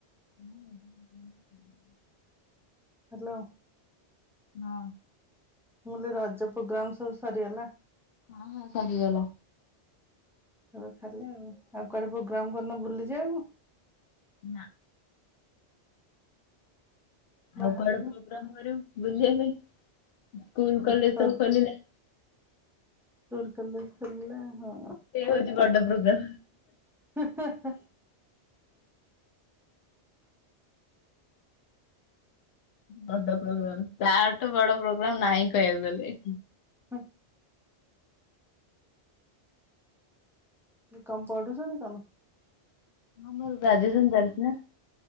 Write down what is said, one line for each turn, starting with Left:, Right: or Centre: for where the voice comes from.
Left: ହ <unintelligible>
Centre: ହ୍ୟାଲୋ।
Left: ହଁ।
Centre: ମୁଁ କଲି ରଜପୋଗ୍ରାମ ସବୁ ସରିଗଲା।
Left: ହଁ ହଁ ସରିଗଲା।
Centre: ହଉ ତାହେଲେ ଆଉ ଆଉ କୁଆଡେ ପ୍ରୋଗ୍ରାମ କରିନ ବୁଲିଯିବାକୁ।
Left: ନା। ଆଉ
Centre: ବାହାରକୁ
Left: କୁଆଡେ ଇଆଡେ ପ୍ରୋଗ୍ରାମ କରିବ ବୁଲିବା ପାଇଁ ସ୍କୁଲ କଲେଜ
Centre: ଘର
Left: ସବୁ ଖୋଲିଲା।
Centre: ସ୍କୁଲ୍‌ କଲେଜ ଖୋଲିଲା ହଁ।
Left: ସେ ହଉଛି ବଡ଼ ପ୍ରୋଗ୍ରା
Centre: ହେ ହେ ହ।
Left: ବଡ ପ୍ରୋଗ୍ରାମ ତା ଠୁ ବଡ ପ୍ରୋଗ୍ରାମ ନାହିଁ କହିବାକୁ ଗଲେ।
Centre: ହଁ। ବି କମ୍ ପଡ଼ୁଛନ୍ତି କଣ।
Left: ହଁ ମୋର ଗ୍ରାଜୁଏସନ ଚାଲିଛି ନା।